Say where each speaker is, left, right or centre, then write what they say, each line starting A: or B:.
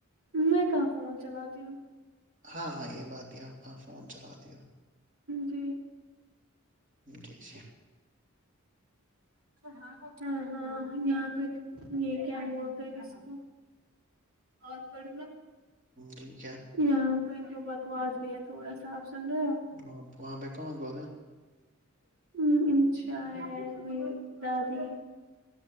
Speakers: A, on the right; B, on the right.
A: میں کہاں فون چلاتی ہوں
B: ہاں ہاں یہ بات ہے آپ کا فون چلا د ہو
A: جی
B: جی جی
A: ہاں ہاں یہاں پہ یہ کیا بولتے ہیں اس کو اور کر ل
B: جی کیا
A: یہاں پہ کو بکواس بھی ہے تھوڑا صاف سنرا ہو
B: وہاں وہاں پائی کاں کو نا
A: ہ انشا ہے میری دادی ہے